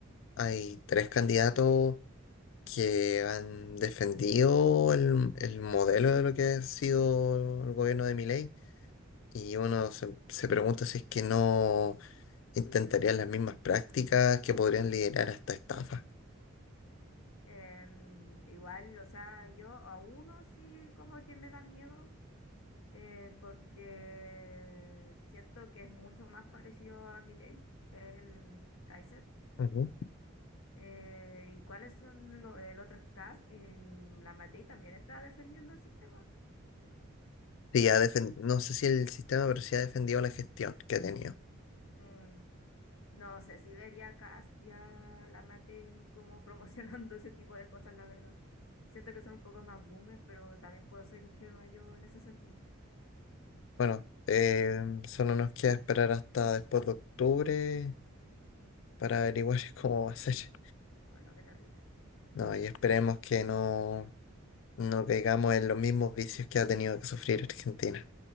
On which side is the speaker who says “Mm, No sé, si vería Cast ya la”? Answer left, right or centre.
Left